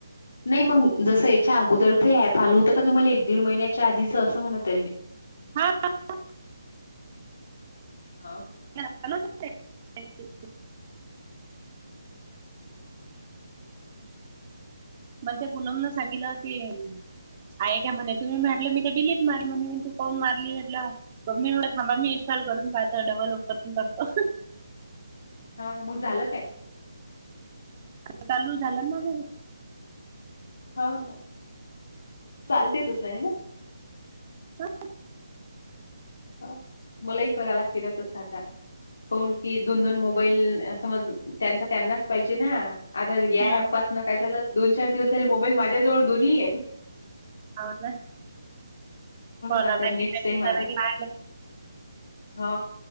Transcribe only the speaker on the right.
हा <unintelligible>
<unintelligible> मग ते पनम न सांगितलं की आहे काय म्हणे तुम्ही म्हटलं मी का डिलीट म म्हणे तू कान मारली म्हटला पग मी एवढं थांबा मी इन्स्टॉल करून पाहतो डबल उपकरण करतो.
चालू झालं माझ.
हो.
हम्म.
हो ना कॉलला
क
मेसेजला.